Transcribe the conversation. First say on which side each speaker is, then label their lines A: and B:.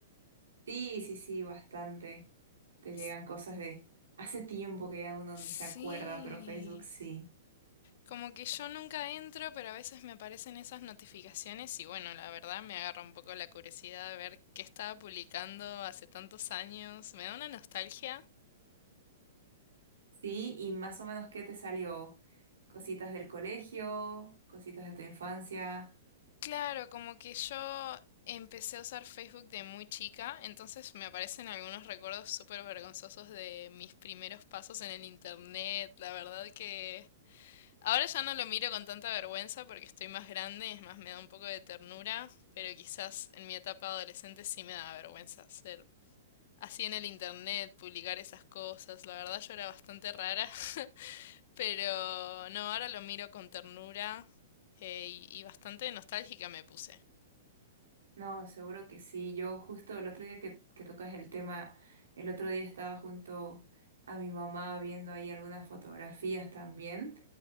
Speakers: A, on the right (about 85°); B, on the left (about 60°).
A: Sí, sí, sí, bastante. Te llegan
B: S-
A: cosas de hace tiempo que ya uno
B: Sí,
A: ni se acuerda, pero Facebook sí.
B: como que yo nunca entro, pero a veces me aparecen esas notificaciones y bueno, la verdad me agarra un poco la curiosidad de ver qué estaba publicando hace tantos años, me da una nostalgia.
A: Sí, y más o menos ¿qué te salió? Cositas del colegio, cositas de tu infancia.
B: Claro, como que yo empecé a usar Facebook de muy chica, entonces me aparecen algunos recuerdos súper vergonzosos de mis primeros pasos en el internet. La verdad que ahora ya no lo miro con tanta vergüenza porque estoy más grande, es más, me da un poco de ternura, pero quizás en mi etapa adolescente sí me daba vergüenza ser así en el internet, publicar esas cosas. La verdad yo era bastante rara, <laughs> pero no, ahora lo miro con ternura, eh, y y bastante nostálgica me puse.
A: No, seguro que sí. Yo justo el otro día que, que tocas el tema, el otro día estaba junto a mi mamá viendo ahí algunas fotografías también,